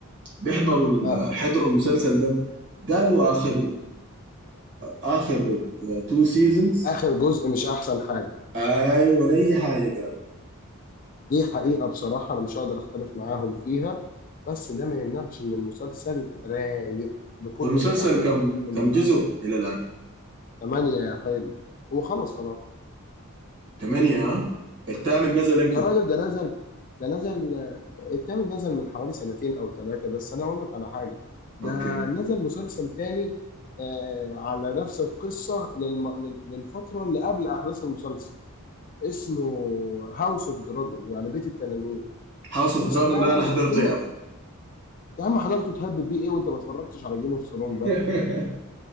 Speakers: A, on the right; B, on the left.
A: بيحضروا ال-
B: اه
A: حضروا المسلسل ده قالوا اخر اخر تو سيزونز
B: اخر جزء مش احسن حاجه
A: اي ولا اي حاجه قالوا
B: دي حقيقه بصراحه انا مش هقدر اختلف معاهم فيها بس ده ما يمنعش ان المسلسل رايق بكل
A: هو المسلسل
B: ما تحمله
A: كم
B: الكلمه من
A: كم جزء
B: معنى
A: الى الان
B: ثمانية يا حلو وخلص خلاص
A: ثمانية ها الثامن نزل امتى
B: يا راجل ده نزل ده نزل آه، التامن نزل من حوالي سنتين او ثلاثة بس انا اقول لك على حاجة ده
A: اوكي
B: نزل مسلسل تاني آه على نفس القصة للم... لل- للفترة اللي قبل احداث المسلسل اسمه هاوس اوف دراجون يعني بيت التنانين
A: هاوس اوف
B: يا
A: دراجون
B: اسطى لا
A: ده
B: لا
A: انا
B: الم-
A: حضرته
B: جيم
A: يا
B: اوف- يا عم حضرته تهبب بيه ايه وانت ما اتفرجتش على جيم اوف ثرون بقى
A: <laughs>